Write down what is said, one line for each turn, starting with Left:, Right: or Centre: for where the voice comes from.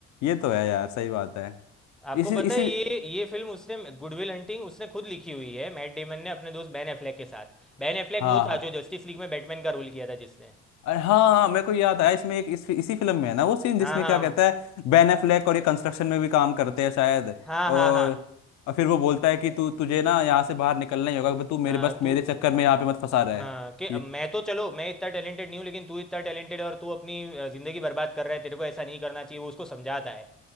Left: ये
Centre: हाँ
Left: तो है यार सही बात है
Centre: आपको
Left: इसी
Centre: पता
Left: इसी
Centre: है ये ये फिल्म उसने गुडविल हंटिंग उसने खुद लिखी हुई है मैट डेमन ने अपने दोस्त बैन एफ्लेक के साथ बैन एफ्लेक
Left: हाँ
Centre: वो था
Left: हाँ।
Centre: जो जस्टिस लीग में बैटमैन का रोल किया था जिसने
Left: अरे हाँ हाँ, मेरे को याद आया इसमें एक इस, इसी फिल्म में है ना वो सीन जिसमें
Centre: हाँ हाँ
Left: क्या कहता है बेन एफ्लेक और ये कंस्ट्रक्शन में भी काम करते हैं शायद
Centre: हाँ
Left: और,
Centre: हाँ हाँ
Left: और फिर वो बोलता है कि तू तुझे ना यहाँ से बाहर निकलना ही होगा तू मेरे
Centre: हाँ
Left: बस
Centre: तू
Left: मेरे चक्कर
Centre: हाँ
Left: में यहाँ पे मत फंसा रहा
Centre: हाँ
Left: है
Centre: कि अब
Left: ये
Centre: मैं तो चलो मैं इतना टैलेंटेड नहीं हूँ लेकिन तू इतना टैलेंटेड है और तू अपनी अ, ज़िंदगी बर्बाद कर रहा है तेरे को ऐसा नहीं करना चाहिए वो उसको समझाता है